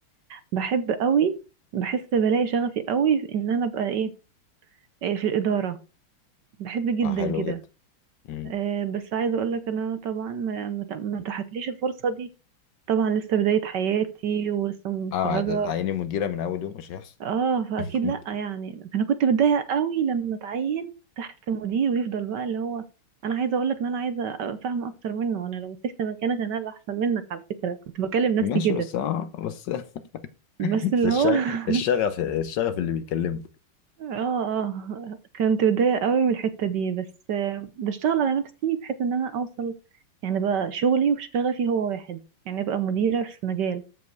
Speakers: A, on the right; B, on the left.
A: بحب قوي بحس بلاقي شغفي قوي في ان انا ابقى ايه إيه في الإدارة بحب جدا
B: اه حلو
A: كده
B: جدا امم
A: آه، بس عايزة اقول لك انا طبعا ما ما ت- ما اتاحتليش الفرصة دي طبعا لسه بداية حياتي ولسه متخرجة
B: اه هتعيني مديره من اول يوم مش هيحصل
A: اه فاكيد
B: مم.
A: لا يعني انا كنت متضايقه قوي لما اتعين تحت مدير ويفضل بقى اللي هو انا عايزه اقول لك ان انا عايزه افهم اكتر منه انا لو مسكت مكانك انا هبقى احسن منك على فكره كنت بكلم نفسي
B: ماشي
A: كده
B: بس اه بس <laughs>
A: بس
B: بس
A: اللي
B: الش-
A: هو
B: الشغف
A: <laughs>
B: الشغف اللي بيكلمني
A: اه اه كنت متضايقه قوي من الحته دي بس آه، بشتغل على نفسي بحيث ان انا اوصل يعني بقى شغلي وشغفي هو واحد يعني ابقى مديره في مجال